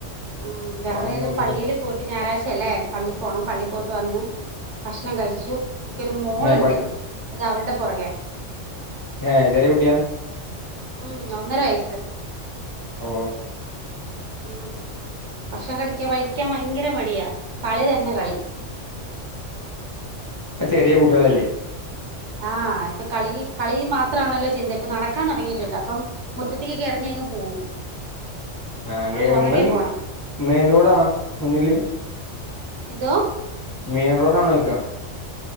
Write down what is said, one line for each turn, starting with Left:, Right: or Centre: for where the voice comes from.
Right: ഉ വറെ
Left: ഓലങ്ങനെ കുത്തിർക്ക
Right: പള്ളിയില് പോയിട്ട് ഞായറാഴ്ച ഇല്ലേ പള്ളി പോണം പള്ളി പോയിട്ട് വന്ന് ഭക്ഷണം കഴിച്ചു എനിക്ക് ഒരു മോളുണ്ട്
Left: ഏ ബൾ
Right: അത് അവളുടെ പുറകെ
Left: ഹഹ ചെറ കുട്ടിയ
Right: ഉം ഒന്നര വയസ്
Left: ഓ
Right: ഉം ഭക്ഷണം കടിക്കാ കഴിക്കാൻ ഭയങ്കര മടിയാ കളി തന്നെ കളി
Left: ആ ചെറിയ
Right: ഉം
Left: കുട്ടികളല്ലേ
Right: ആഹ് ഇപ്പൊ കളി കളി മാത്രമാണല്ലോ ചിന്ത ഇപ്പൊ നടക്കാൻ തുടങ്ങിയിട്ടുണ്ട് അപ്പം മുറ്റത്തേക്കക്കെ ഇറങ്ങി പോവും
Left: ആ
Right: ഇവള്
Left: നിങ്ങള
Right: പുറകെ പോണം
Left: മെയിൻറോഡാ മുന്നില്
Right: എന്തോ
Left: മെയിൻ റോഡ ആണോ നോക്കാ